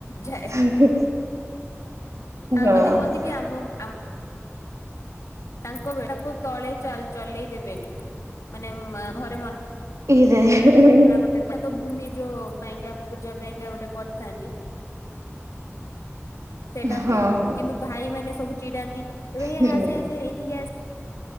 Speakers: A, on the left; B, on the right.
A: ଝା
B: <unintelligible>
A: ତା
B: ନା
A: ମାନେ
B: ହଁ
A: କୁହନ୍ତି କି ଆମ ଆମ ତାଙ୍କ ତାଙ୍କୁ ତଳେ ଚଲେଇ ଦେବେନି ମାନେ ଘରେ ମନ
B: ଇରେ ହେ ହେ।
A: ଗୋଟେ ତ ଭୂମି ଯୋଉ ପାଇଁକା ପୂଜା ପାଇଁକା ଗୋଟେ କରିଥାନ୍ତି। ସେଟା
B: ହଁ
A: ହୁଏନି
B: ହଁ
A: କିନ୍ତୁ ଭାଇ ମାନେ ସବୁ ଚିଡାନ୍ତି ଏବେ ହେ
B: ହୁଁ
A: ଆସେ ଆସେ ଏଇଠିକି ଆସେ